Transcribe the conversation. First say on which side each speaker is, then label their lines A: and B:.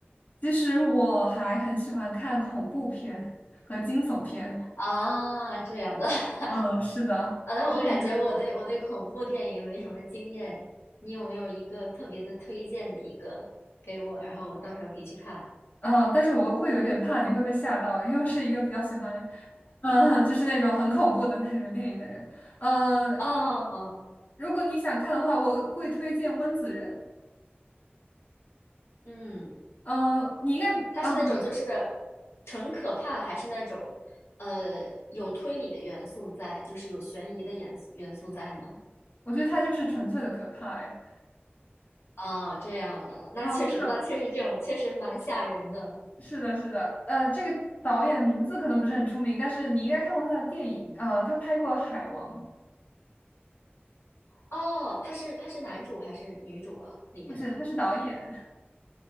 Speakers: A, on the left; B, on the left.
A: 其实我还很喜欢看恐怖片和惊悚片。
B: 啊，这样的
A: 嗯，是的，
B: <laughs> 啊，那我感觉我对我对恐怖电影没什么经验，
A: 这一个。
B: 你有没有一个特别的推荐的一个给我，然后我到时候可以去看？
A: 嗯，但是我会有点怕你会被吓到，因为我是一个比较喜欢，嗯，就是那种很恐怖的那种电影的人。嗯，
B: 哦，
A: 如果你想看的话，我会推荐《温子仁》。
B: 嗯，
A: 嗯，你应该，
B: 它是那种就是
A: 嗯，
B: 纯可怕，还是那种呃有推理的元素在，就是有悬疑的元素元素在呢？
A: 我觉得他就是纯粹的可怕，哎，
B: 啊，这样的，那确实，
A: 啊，不知道，
B: 那确实这种确实蛮吓人的。
A: 是的，是的，呃，这个导演的名字可能不是很出名，但是你应该看过他的电影，呃，他拍过《海王》，
B: 哦，他是他是男主还是女主啊？里边的
A: 不是，他是导演，